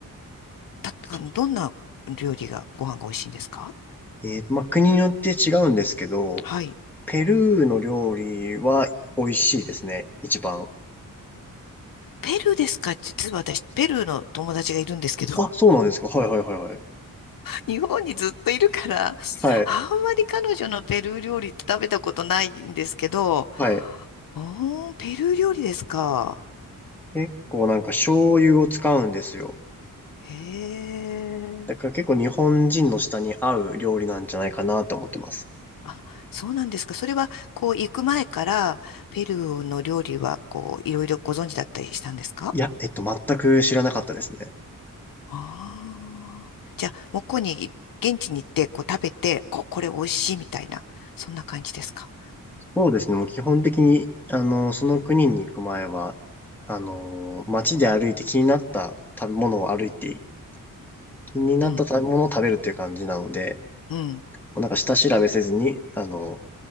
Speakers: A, on the left (about 75°); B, in the centre.
A: た、
B: と
A: あの、どんな料理が、ご飯が美味しいんですか
B: えーっと、まあ、国によって違うんですけど、
A: はい。
B: ペルーの料理は美味しいですね、一番。
A: ペルーですか実は私、ペルーの友達がいるんですけど、
B: あ、そうなんですか。はいはいはいはい。
A: 日本にずっといるから、あん
B: はい。
A: まり彼女のペルー料理って食べたことないんですけど、
B: はい。
A: おー、ペルー料理ですか。
B: 結構なんか醤油を使うんですよ。
A: へえ。
B: だから結構日本人の舌に合う料理なんじゃないかなと思ってます。
A: あ、そうなんですか。それは、こう、行く前から、ペルーの料理は、こう、いろいろご存知だったりしたんですか
B: いや、えっと、全く知らなかったですね。
A: ああー。じゃあ、向こうに、現地に行って、こう、食べて、こ、これ美味しいみたいな、そんな感じですか。
B: そうですね。もう基本的に、あの、その国に行く前は、あの、街で歩いて気になった食べ物を歩いて、気になった食べ物を食べるっていう感じなので、
A: うん、うん。
B: もうなんか下調べせずに、あの、